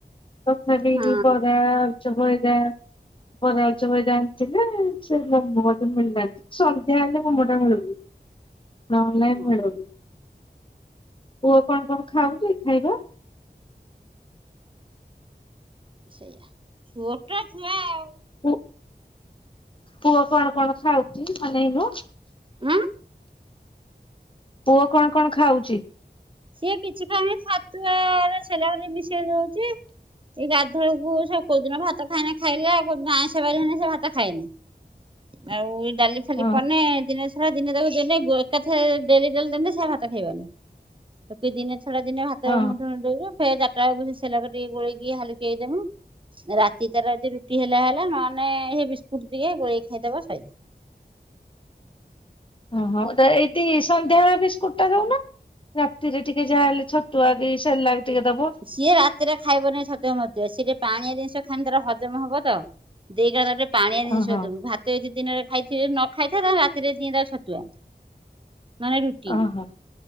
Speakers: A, on the left; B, on the right.
A: ତଥାପି
B: ହଁ।
A: ବରା ଆଳୁଚପ୍ <unintelligible> ବରା ଆଳୁଚପ୍ ହାରିକା ଆଣିଥିଲେ। ସେ ମୋମୋ ବୋଧେ ମିଳିଲାନି। ସନ୍ଧ୍ୟା ହେଲେ ମୋମୋ ତା ମିଳୁଚି। ନହଲେ ନାଇଁ
B: ହଁ
A: ମିଲୁନି। ପୁଅ କଣ କଣ ଖାଉଚି ଖାଇବା?
B: ସେଇଆ ଛୁଅଟ ଛୁଆ ଆଉ।
A: ପୁ ପୁଅ କଣ କଣ ଖାଉଚି ମନେ ଏଇନା?
B: ଉଁ?
A: ପୁଅ କଣ କଣ ଖାଉଚି?
B: ସିଏ କିଛି ଖାଉନି। ଛାତୁଆ ରେ ସେରେଲାକ୍ ଟିକେ ମିଶେଇ ଦଉଚି। ଏଇ ଗାଧୁଳକୁ ସେ କୋଉଦିନ ଭାତ ଖାଇନେ ଖାଇଲା ଆଉକୋଉଦିନ ଆଇଁଷବାର ହେଲେ ସେ ଭାତ ଖାଏନି। ଆଉ ଏ ଡାଲି ଫାଲି
A: ହଁ
B: କନେ ଦିନେ ଛଡା ଦିନେ ତାକୁ ଦେଲେ ଗୋ ଏକାଥରେ ଡେଲି ଡେଲି ଦେନେ ସେ ଆଉ ଭାତ ଖାଇବନି। ଦିନେ ଛଡା ଦିନେ ଭାତ
A: ହଁ।
B: ମୁଠୁଉ ମୁଠେ ଦବୁ ଫେରେ ଚାଟା ବେଳକୁ ସେଲାଗ ଟିକେ ଗୋଲେଇକି ହାଲୁକେଇକି ଦେମୁ। ରାତି ତାର ଯଦି ରୁଟି ହେଲା ହେଲା ନହେଲେ ସେଇ ବିସ୍କୁଟ ଟିକେ ଗୋଳେଇ ଖାଇଦବ ସଇଲା।
A: ଓହୋ ଏଇଠି ସନ୍ଧ୍ୟାବେଳେ ବିସ୍କୁଟ ଟା ଦଉନ। ରାତିରେ ଟିକେ ଯାହାହେଲେ ଛତୁଆ କି ସେଲାକ୍ ଟିକେ ଦବ।
B: ସିଏ ରାତିରେ ଖାଇବନେଇଁ ଛତୁଆ ମତୁଆ ସିଏ ଟିକେ ପାଣିଆ ଜିନିଷ ଖାଇନେ ତାର ହଜମ ହବ ତ। ଦେଇ କଇଲା ତାକୁ ଟିକେ ପାଣିଆ ଜିନଷ
A: ଓହୋ
B: ଦେବୁ। ଭାତ୍ ତ ଯଦି ଦିନରେ ଖାଇଥିବେ ନ ଖାଇଥାଏ ତାନେ ରାତିରେ ଦିିଏଁ ତାକୁ ଛତୁଆ। ନନେ ରୁଟି।
A: ଓହୋ।